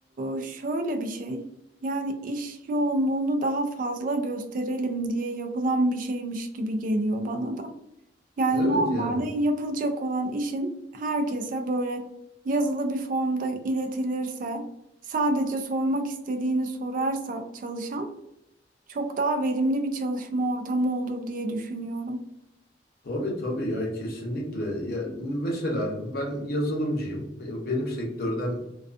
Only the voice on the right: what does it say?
e, şöyle bir şey. Yani iş yoğunluğunu daha fazla gösterelim diye yapılan bir şeymiş gibi geliyor bana da. Yani
normalde
yapılacak olan işin herkese böyle yazılı bir formda iletilirse, sadece sormak istediğini sorarsa çalışan çok daha verimli bir çalışma ortamı olur diye düşünüyorum.